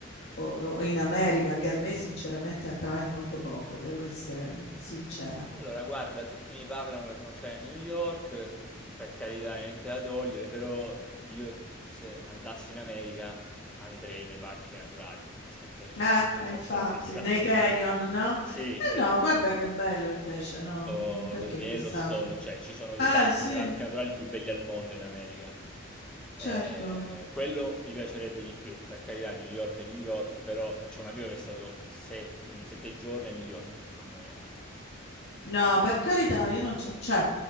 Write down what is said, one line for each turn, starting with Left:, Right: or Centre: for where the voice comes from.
Left: o- o in America, che a me sinceramente attrae molto poco, devo essere sincera.
Centre: Allora, guarda, tutti mi parlano che sono stati a New York, mh, per carità, niente da togliere, però io se andassi in America andrei nei parchi naturali, <laughs> sempre perché
Left: Eh,
Centre: sono,
Left: eh,
Centre: sono
Left: infatti,
Centre: un po' fissato.
Left: nei canyon, no?
Centre: Sì,
Left: Eh
Centre: sì,
Left: no, guarda che bello invece, no?
Centre: o
Left: Mm, Perché
Centre: lo Yellowstone,
Left: fissato?
Centre: cioè ci sono
Left: Ah,
Centre: dei parchi,
Left: sì,
Centre: i parchi naturali più belli al mondo in America. Eh,
Left: certo.
Centre: quello mi piacerebbe di più, per carità, New York è New York, però c'è un amico che è stato set- mh, sette giorni a New York, ho detto, mamma mia.
Left: No, per carità, io non c'è, cioè,